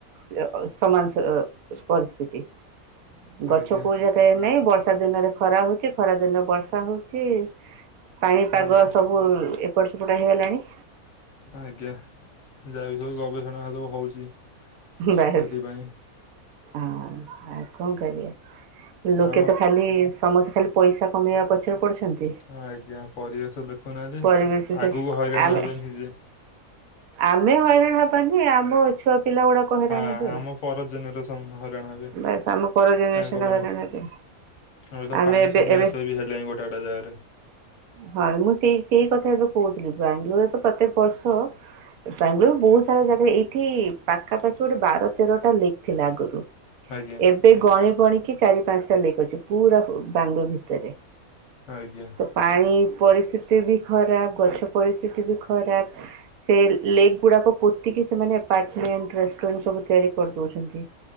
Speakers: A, on the right (about 80°); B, on the left (about 60°).
A: ସମାନ ପରିସ୍ଥିତି। ଗଛ
B: ଆଜ୍ଞା
A: କୋଉ ଜାଗାରେ ନାହିଁ ବର୍ଷା ଦିନରେ ଖରା ହଉଛି ଖରା ଦିନରେ ବର୍ଷା ହଉଛି। ପାଣି ପାଗ
B: ଏଇତ
A: ସବୁ ଏପଟ ସେପଟ ହେଇଗଲାଣି।
B: ଆଜ୍ଞା ଯାହା ବି ସବୁ ଗବେଷଣା ସବୁ ହଉଛି।
A: ବସ୍ ହଁ
B: ସେଥିପାଇଁ
A: ଆଉ କଣ କରିବା। ଲୋକେ
B: ଆଉ
A: ତ ଖାଲି ସମସ୍ତେ ଖାଲି ପଇସା କମେଇବା ପଛରେ ପଡୁଛନ୍ତି।
B: ହଁ ଆଜ୍ଞା ପରିବେଶ ଦେଖୁନାହାନ୍ତି
A: ପରିବେଶ ସେ
B: ଆଗକୁ ହଇରାଣ
A: ଆମେ
B: ହେବେ ନିଯେ।
A: ଆମେ ହଇରାଣ ହବାନି ଆମ ଛୁଆ ପିଲା ଗୁଡାକ ହଇରାଣ
B: ହଁ ହଁ
A: ହେବେ
B: ଆମ ପର ଜେନେରେସନ୍ ହରିରାଣ ହେ
A: ବାସ୍ ଆମ ପର ଜେନେରେସନ
B: ତାଙ୍କ ପାଇଁ
A: ହଇରାଣ
B: ଆର
A: ହେବେ
B: ଏବେତ
A: ଆମେ
B: ପାଣି
A: ଏବେ
B: ସମୟ
A: ଏବେ
B: ସେ ବି ହେଲେଣି ଗୋଟେ। <inaudible> ଜାଗାରେ।
A: ହଁ ମୁଁ ସେଇ ସେଇ କଥା କହୁଥିଲି ବାଙ୍ଗଲୋରରେ ତ ପ୍ରତ୍ୟେକ ବର୍ଷ। ବାଙ୍ଗାଲୋର ବହୁତ ସାରା ଜାଗା ଏଇଠି ପାଖାପାଖି ଗୋଟେ ବାର ତେରଟା ଲେକ୍ ଥିଲା ଆଗରୁ।
B: ଆଜ୍ଞା।
A: ସେ ଗଣି ଗଣିକି ଚାରି ପାଞ୍ଚଟା ଲିକ ଅଛି ପୁରା ବାଙ୍ଗୁ ଭିତରେ।
B: ଆଜ୍ଞା।
A: ତ ପାଣି ପରିସ୍ଥିତି ବି ଖରାପ ଗଛ ପରିସ୍ଥିତି ବି ଖରାପ। ସେ ଲେଗ ଗୁଡାକ ପୋତିକି ସେମାନେ ପମଣ୍ ରେସ୍ଟୁ ରାଣ୍ଟ ସବୁ ତିଆରି କରିଦଉଛନ୍ତି।